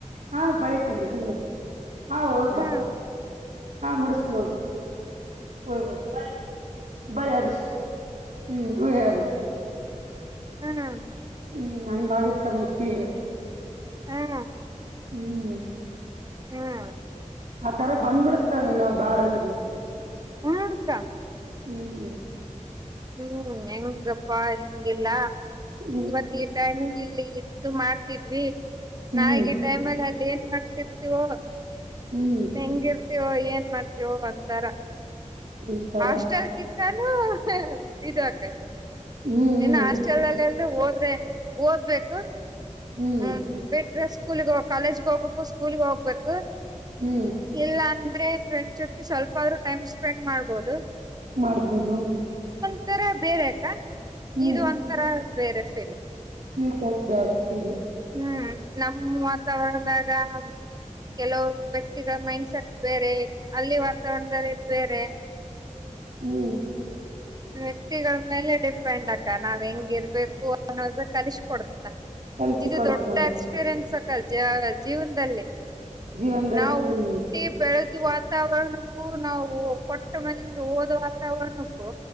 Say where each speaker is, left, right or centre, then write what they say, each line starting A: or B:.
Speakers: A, on the right (about 70°); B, on the right (about 30°).
A: ಹಾ ಬೆಳಿತೀನಿ ಹ್ಮ್ ಹಾ ಹೋಗ್ಬಾ
B: ಹ್ಮ್
A: ಹಾ ಮುಡಿಸನು. ಕೂಲಿ ಹೋಗ್ ಬಳೆ ಅರಿಷ್ಟ ಹ್ಮ್ ಯುಹೇಳವಿ <inaudible>
B: ಹ್ಮ.
A: ಹ್ಮ್ ಹಂಗ ಆಗತ್ತ ಮಿಷೀಲ್.
B: ಹಾ.
A: ಹ್ಮ್
B: ಹ್ಮ್
A: ಆತರ ಬಂದ್ಬಿಡತದೆ ನಾವ್ ಬ್ಯಾಡ ಅಂದ್ರನು
B: ಹ್ಮ್ಕ
A: ಹ್ಮ್.
B: ಹ್ಮ್ ಹೆಂಗಪ್ಪಾ ಹೆಂಗಿಲ್ಲಾ
A: ಹ್ಮ್
B: ಇವತ್ತ ಈ ಟೈಮಿಂಗ, ಇಲ್ಲಿ ಇಟ್ಟ ಮಾಡ್ತಿದ್ವಿ
A: ಹ್ಮ್
B: ನಾಳಿಗಿ ಟೈಮ್ಲ್ಲಿ ಅಲ್ಲಿ ಏನ್ ಮಾಡ್ತಿರ್ತೀವೋ.
A: ಹ್ಮ್
B: ಹೆಂಗಿರ್ತವೋ, ಏನ್ ಮಾಡ್ತವೋ ಒಂತರ.
A: ಈ ತರ
B: ಹಾಸ್ಟೆಲ್ ಕಿತ್ತಾನೂ ಇದ ಅಕ್ಕ ಇದ.
A: ಹ್ಮ್ ಹ್ಮ್
B: ಇನ್ನು ಹಾಸ್ಟೆಲ್ಲ್ಲೆಲ್ಲ ಹೋದ್ರೆ ಓದ್ಬೇಕು.
A: ಹ್ಮ್
B: ಹ್ಮ ಬಿಟ್ರೆಷ್ಟ, ಸ್ಕೂಲ್ಗೆ ಹೋಗ ಕಾಲೇಜ್ಗೆ ಹೋಗ್ಬೇಕು, ಸ್ಕೂಲ್ಗೆ ಹೋಗ್ಬೇಕು,
A: ಹ್ಮ್
B: ಇಲ್ಲ ಅ ದ್ರೆ ಫ್ರೆಂಡ್ ಜೊತೆಗೆ ಸ್ವಲ್ಪ ಆದ್ರೂ ಟೈಮ್ಪೆಂಡ್ ಮಾಡ್ಬಹದು.
A: ಮಾಡ್ಬೋದು.
B: ಒಂಥರಾ ಬೇರೆ ಅಕ್ಕ
A: ಹ್ಮ್
B: ಇದು ಒಂತರ ಬೇರೆ ಫೀಲ.
A: <unintelligible> ಫೀಲ್
B: ಹ್ಮ್ ನಮ್ಮ್ ವಾತಾವರಣದಾಗ, ಕೆಲವುಯ ವ್ಯಕ್ತಿಗಳ ಮೈಂಡ್ಸೆಟ್ ಬೇರೆ, ಅಲ್ಲಿ ವಾತಾವರಣದಲ್ಲಿ ಬೇರೆ,
A: ಹ್ಮ್.
B: ವ್ಯಕ್ತಿಗಳ ಮೇಲೆ ಡಿಪೆಂಡ್ ಅಕ್ಕ ನಾವ್ ಹೆಂಗಿರ್ಬೇಕು ಅನ್ನೋದ ಕಲಿಸಕ ಕೊಡ್ತ.
A: ಕಲ್ಸಿ
B: ಇದು
A: ಕೊಡುತ್ತಮ್ಮಿ
B: ದೊಡ್ಡ ಎಕ್ಸ್ಪೀರಿಯನ್ಸ್ ಅಕ್ಕ ಜ ಜೀವನದಲ್ಲಿ.
A: ಜೀವನದಲ್ಲಿ
B: ನಾವು
A: ಹ್ಮ್
B: ಹುಟ್ಟಿ ಬೆಳೆದುವ ವಾತಾವರಣಕ್ಕೂ, ನಾವು ಕೊಟ್ಟ ಮನೆಗೆ ಓದ ವಾತಾವರಣಕ್ಕೂ,